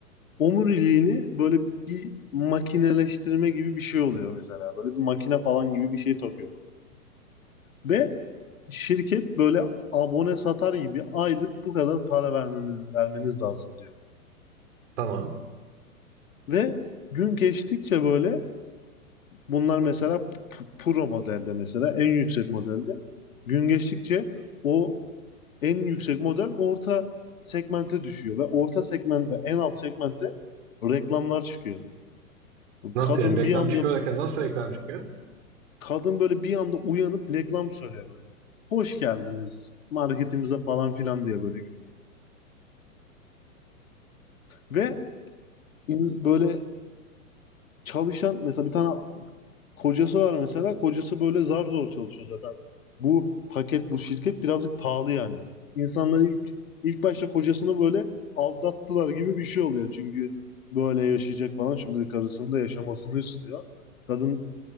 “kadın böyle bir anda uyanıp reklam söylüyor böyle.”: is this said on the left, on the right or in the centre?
Left